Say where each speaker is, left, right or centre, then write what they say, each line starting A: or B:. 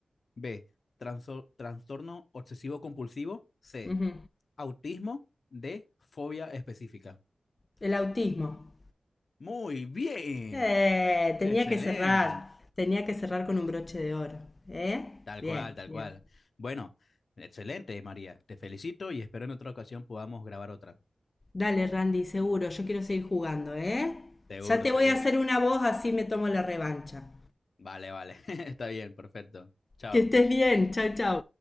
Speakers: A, on the left; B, on the left.
A: B. transo- trastorno obsesivo compulsivo. C.
B: ujú.
A: Autismo. D. Fobia específica.
B: El autismo.
A: Muy bien.
B: Eh, tenía
A: Excelente.
B: que cerrar, tenía que cerrar con un broche de oro, ¿eh?
A: Tal
B: Bien,
A: cual, tal
B: bien.
A: cual. Bueno, excelente, María. Te felicito y espero en otra ocasión podamos grabar otra.
B: Dale, Randy, seguro, yo quiero seguir jugando, ¿eh?
A: Seguro,
B: Ya te
A: seguro.
B: voy a hacer una voz, así me tomo la revancha.
A: Vale, vale. <laughs> Está bien, perfecto. Chao.
B: Que estés bien, chau, chau.